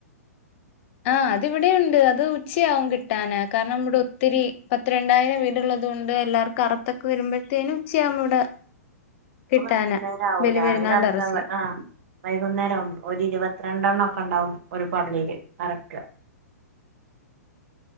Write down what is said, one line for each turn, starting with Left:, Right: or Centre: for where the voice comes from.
Left: ആഹ് അത് ഇവിടെയുണ്ട് അത് ഉച്ചയാവും കിട്ടാന് കാരണം ഇവിടെ ഒത്തിരി പത്ത് രണ്ടായിരം വീടുള്ളതുകൊണ്ട് എല്ലാർക്കും അറത്തൊക്കെ വരുമ്പോഴത്തേനും ഉച്ചയാകും ഇവിടെ.
Right: പ്പൊ
Left: കിട്ടാന്
Right: വൈകുന്നേരാവും
Left: ബലി
Right: രാവിലെ
Left: പെരുന്നാളിന്റെ
Right: അറത്ത
Left: ഇറച്ചി
Right: വൈ ആഹ് വൈകുന്നേരാവും ഒരിരുപത്തിരണ്ടെണ്ണം ഒണ്ടാവും ഒരു പള്ളിയില് അറക്ക